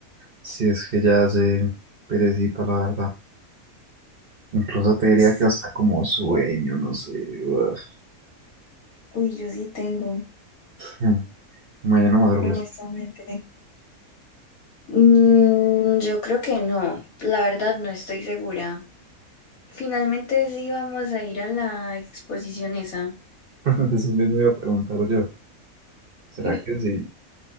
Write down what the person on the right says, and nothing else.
Si es que ya hace perecita, la verdad. Incluso te diría
que hasta como sueño, no sé. uf.
Mm. Y Mañana madrugas.
<laughs> Eso mismo iba a preguntar yo. ¿Será
que sí?